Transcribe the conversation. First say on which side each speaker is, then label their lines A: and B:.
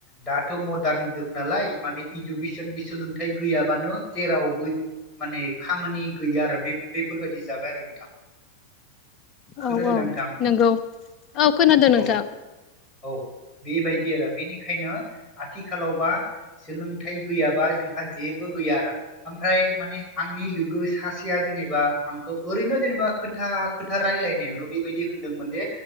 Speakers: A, on the left; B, on the left.
A: दाथ' मदार्न जुग नालाय माने इडुकेसन बे सोलोंथाइ गैयाबानो जेरावबो माने खामानि गैया आरो बे बेफोरबायदि जाबाय आरो नोंथां। खोनादोंना
B: औ औ
A: नोंथां
B: नंगौ औ खोनादों नोथां।
A: औ औ बेबायदि आरो बेनिखायनो आथिखालावबा सोलोंथाइ गैयाबा जोंहा जेबो गैया आरो ओमफ्राय माने आंनि लोगो सासेया जेनेबा आंखौ ओरैनो जेनेबा खोथा खोथा रायलायनायावनो बेबायदि होनदोंमोन दि